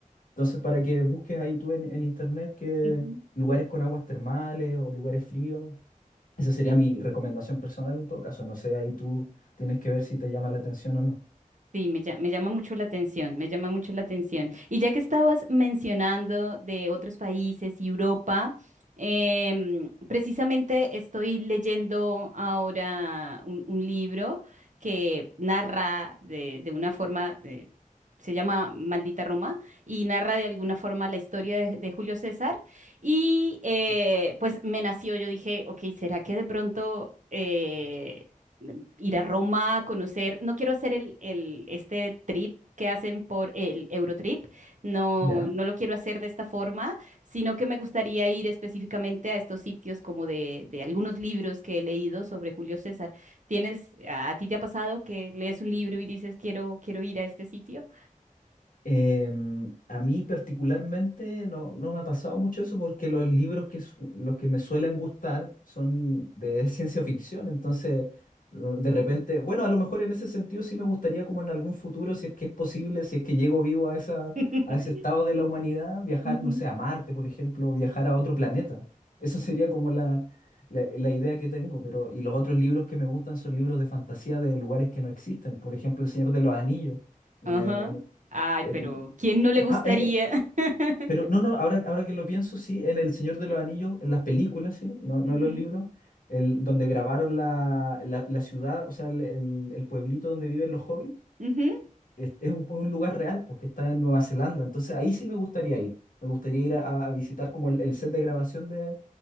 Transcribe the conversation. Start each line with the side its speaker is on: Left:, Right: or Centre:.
Left: Entonces, para que busques ahí tú en, en internet que
Right: ujú.
Left: lugares con aguas termales o lugares fríos, esa sería mi recomendación personal en todo caso. No sé, ahí tú tienes que ver si te llama la atención o no.
Right: Sí, me, lla- me llama mucho la atención, me llama mucho la atención. Y ya que estabas mencionando de otros países y Europa, em, precisamente estoy leyendo ahora un, un libro que narra de, de una forma, de- se llama Maldita Roma, y narra de alguna forma la historia de, de Julio César. Y eh, pues me nació, yo dije, ok, ¿será que de pronto... eh, ir a Roma, conocer, no quiero hacer el, el- este trip que hacen por el Eurotrip, no,
Left: ¿Ya?
Right: no lo quiero hacer de esta forma, sino que me gustaría ir específicamente a estos sitios como de, de algunos libros que he leído sobre Julio César. ¿Tienes, a, a ti te ha pasado que lees un libro y dices, quiero, quiero ir a este sitio?
Left: Em, a mí particularmente no, no me ha pasado mucho eso porque los libros que, su- los que me suelen gustar son de <laughs> ciencia ficción, entonces lo- de repente, bueno, a lo mejor en ese sentido sí me gustaría como en algún futuro, si es que es posible, si es que llego vivo a esa,
Right: <laughs>
Left: a ese estado de la humanidad, viajar,
Right: Ujú.
Left: no sé, a Marte, por ejemplo, o viajar a otro planeta. Eso sería como la, la, la idea que tengo, pero y los otros libros que me gustan son libros de fantasía de lugares que no existen, por ejemplo, El Señor de los Anillos. Me-
Right: Ajá. Ay,
Left: en-
Right: pero ¿quién no le gustaría?
Left: Ah, eh, eh,
Right: <laughs>
Left: pero no, no, ahora, ahora que lo pienso, sí, en El Señor de los Anillos, en las películas, sí, no, no
Right: Ujú,
Left: en los libros, el, donde grabaron la, la, la ciudad, o sea, el, el- el pueblito donde viven los hobbits,
Right: ujú.
Left: es, es un, un lugar real, porque está en Nueva Zelanda, entonces ahí sí me gustaría ir, me gustaría ir a, a visitar como el, el set de grabación de,